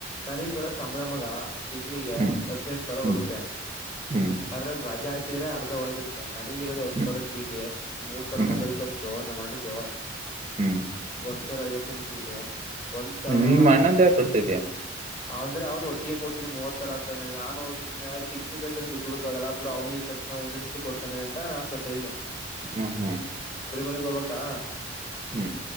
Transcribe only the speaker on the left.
ನನೀಗ್ ಬರ ಸಂ ಸಾಬಳ ಮಗ ತಿಂಗಳಿಗೆ
ಹದ್ನೆಂಟ ಸಾವಿರ
ಬರುತ್ತೆ
ಅದ್ರೆ ರಾಜ ಹಾಕ್ ಹ್ರೆ ಅರ್ಧ ವೋಯಿತಾದ್ದೇ ನನಗಿರೋದು ಒಂದ್
ಸಾವಿರ ಚೀಟಿ ಮೂರ್ ಸಾವಿರ
ಮೊಬೈಲ್ ಕಂತು ನಮ್ಮಣ್ಣಂದೋ
ಒಂದ್ ಸರ್ <unintelligible> ಚೀಟೆ ಒಂದ್ ಸಾವಿರಾ
ಅವ್ರ ಅವ್ನ್ ಒಟ್ಟಿಗೆ ಕೊಡ್ತೀಿ ಮೂವತ್ ಸರ ಅಂದ್ರ ನು್ನೆ ಪಿಕ್ಂಿದೆ ದುಡ್ಡುಡ್ಕದಲ್ಲ ಬಿುಡ ಅವನಿಗೆ ಕಟ್ಟ ಒಂದೇ ಸತಿ ಕೊ ಅಂತ ಕಡಿತಾನಿದೀನಿ
ಮನೆಗ್ ಹೋಗ್ಬೇಕಾ